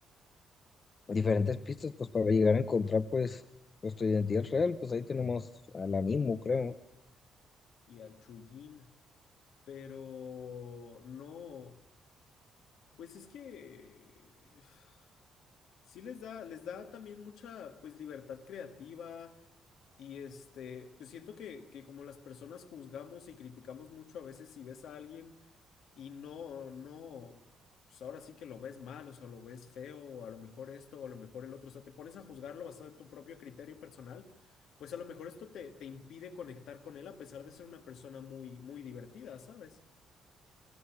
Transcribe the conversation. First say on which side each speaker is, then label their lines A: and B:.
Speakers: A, on the left; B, on the left.
A: diferentes pistas, pues para llegar a encontrar, pues, pues tu identidad real, pues ahí tenemos al ánimo, creo.
B: y al Chuyin, pero no, pues es que <sighs> sí les da, les da también mucha, pues, libertad creativa y este, pues siento que, que como las personas juzgamos y criticamos mucho a veces si ves a alguien y no, no, pues ahora sí que lo ves mal, o sea, lo ves feo, o a lo mejor esto, o a lo mejor el otro, o sea, te pones a juzgarlo basado en tu propio criterio personal, pues a lo mejor esto te, te impide conectar con él a pesar de ser una persona muy, muy divertida, ¿sabes?